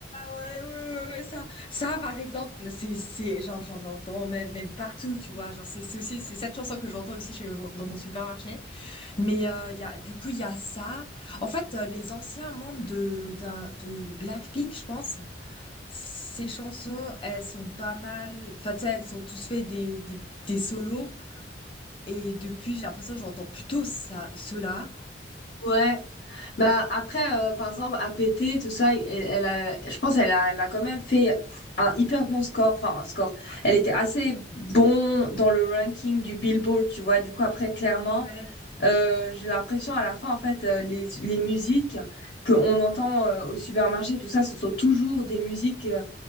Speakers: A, on the left; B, on the left.
A: ouais, ouais, ouais, ouais, ça, ça, par exemple, c'est, c'est, genre, j'en entends même, même partout, tu vois. Genre, c'est, c'est aussi, c'est cette chanson que j'entends aussi chez mon- dans mon supermarché. Mais, euh, il y a, du coup, il y a ça. En fait, euh, les anciens membres de, d'un, de Blackpink, je pense, ces chansons, elles sont pas mal, enfin, tu sais, elles ont tous fait des, des, des solos. Et depuis, j'ai l'impression que j'entends plutôt ça, cela.
B: Ouais. Bah, après, euh, par exemple, à péter, tout ça, elle, elle a, je pense elle a, elle a quand même fait un hyper bon score. Enfin, un score. Elle était assez bon dans le ranking du Billboard, tu vois. Du coup, après, clairement,
A: Ouais.
B: euh, j'ai l'impression à la fin, en fait, euh, les, les musiques qu'on entend euh, au supermarché, tout ça, ce sont toujours des musiques. euh,